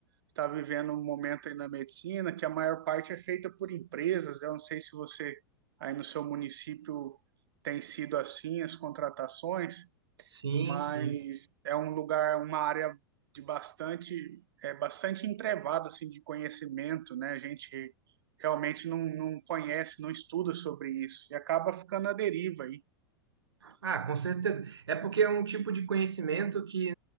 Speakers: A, on the right; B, on the right.
A: está vivendo um momento aí na medicina que a maior parte é feita por empresas. né? Eu não sei se você aí no seu município tem sido assim as contratações,
B: Sim,
A: mas
B: sim.
A: é um lugar, uma área de bastante, é bastante entrevada assim de conhecimento, né? A gente realmente não, não conhece, não estuda sobre isso e acaba ficando à deriva aí.
B: Ah, com certeza. É porque é um tipo de conhecimento que